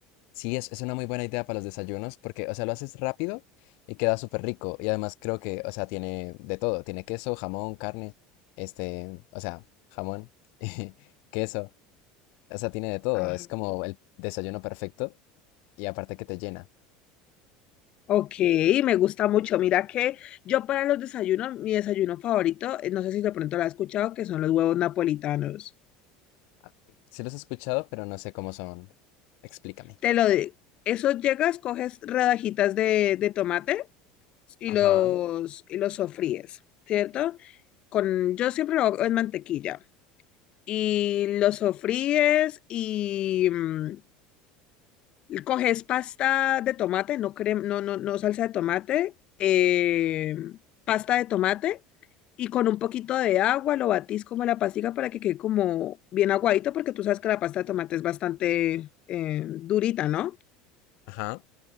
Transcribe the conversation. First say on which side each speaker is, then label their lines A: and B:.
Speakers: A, on the left; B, on the left.
A: Sí, es, es una muy buena idea para los desayunos porque, o sea, lo haces rápido y queda súper rico. Y además creo que, o sea, tiene de todo. Tiene queso, jamón, carne, este, o sea, jamón, <laughs> y queso. O sea, tiene de todo.
B: Ajá.
A: Es como el desayuno perfecto y aparte que te llena.
B: Ok, me gusta mucho. Mira que yo para los desayunos, mi desayuno favorito, eh, no sé si de pronto lo has escuchado, que son los huevos napolitanos.
A: Ah, Sí los he escuchado, pero no sé cómo son. Explícame.
B: Te lo digo. Eso llegas, coges rodajitas de, de tomate y
A: Ajá,
B: los, y los sofríes, ¿cierto? Con, yo siempre lo hago en mantequilla. Y los sofríes y mm, coges pasta de tomate, no, crem- no, no, no salsa de tomate, eh, pasta de tomate y con un poquito de agua lo batís como la pastica para que quede como bien aguadito porque tú sabes que la pasta de tomate es bastante eh, durita, ¿no?
A: ajá.